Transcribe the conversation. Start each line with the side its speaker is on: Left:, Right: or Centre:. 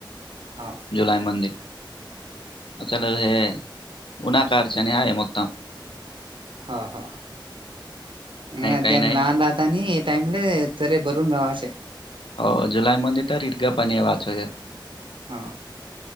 Right: हा.
Left: जुलैमध्येंद असल हे उणा्हाकारच्याने आहे मतम.
Right: हा हा ये अधी
Left: काही
Right: आम्ही
Left: नाही
Right: लहान राहत‌. त्यांनी टाइमले तरी, भरून राव असे.
Left: हो जुलैमध्ये तर इर्गा पाणी वाचोय.
Right: हा